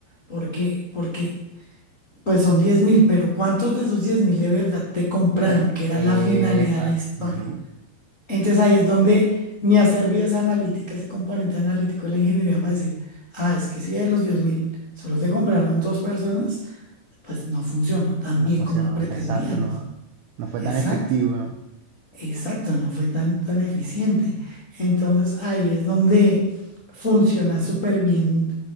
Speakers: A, on the left (about 40°); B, on the right (about 80°).
A: ¿Por qué? Porque, pues son diez mil, pero ¿cuántos de esos diez mil de verdad te compraron?
B: Diver-
A: Que
B: Epa,
A: era la finalidad de la historia.
B: ujú.
A: Entonces ahí es donde me ha servido esa analítica, ese componente analítico de la ingeniería para decir, ah, es que si de los diez mil solo te compraron dos personas, pues no funcionó tan
B: No
A: bien
B: funcionó,
A: como pretendíamos.
B: exacto, no, no fue
A: Exacto,
B: tan efectivo, ¿no?
A: exacto, no fue tan, tan eficiente. Entonces ahí es donde funciona súper bien